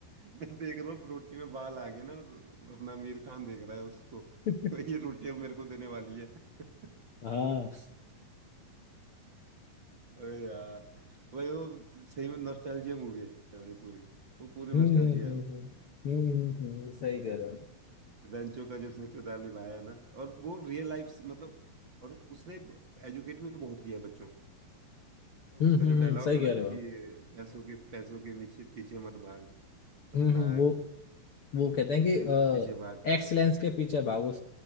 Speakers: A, on the right; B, on the left.
A: मैं देख रहा हूँ रोटी में बाल आ गए ना और अपना आमिर खान देख रहा है उसको <laughs>
B: <laughs>
A: भाई ये रोटी अब मेरे को देने वाली है <laughs>
B: हाँ
A: अबे यार भाई वो सही में नॉस्टैल्जिया मूवी है भाई पूरी वो पूरी
B: हम्म
A: नॉस्टैल्जिया
B: हम्म हम्म
A: है वो
B: हम्म हम्म, हम्म, हम्म, सही कह रहे हो
A: ग्रंचो का जो उसने किरदार निभाया है ना और वो रियल लाइफ से मतलब और उसने एजुकेट भी बहुत किया बच्चों को
B: हम्म
A: उसका
B: हम्म
A: जो डायलॉग
B: हम्म, सही
A: है ना
B: कह रहे हो
A: कि पैसों के पैसों के पीछे पीछे मत भाग अपना
B: हम्म हम्म वो वो कहते हैं
A: उसके
B: कि
A: पीछे भाग क्या
B: एक्सलेंस
A: बोल
B: के पीछे भागो